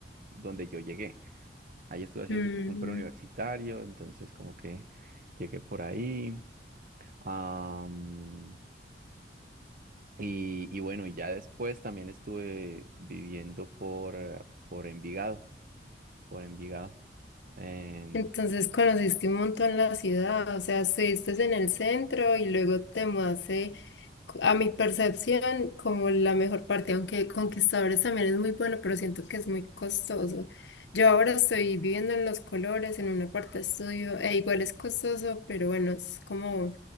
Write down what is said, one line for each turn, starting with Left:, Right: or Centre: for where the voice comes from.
Right: donde yo llegué. Ahí estuve haciendo
Left: Mm,
Right: un preuniversitario, entonces como que llegué por ahí. Am, y, y bueno, y ya después también estuve viviendo por, por Envigado, por Envigado. em,
Left: Entonces conociste un montón la ciudad, o sea, estuviste en el centro y luego te mudaste, co- a mi percepción, como la mejor parte, aunque Conquistadores también es muy bueno, pero siento que es muy costoso. Yo ahora estoy viviendo en Los Colores, en una parte estudio, e igual es costoso, pero bueno, es como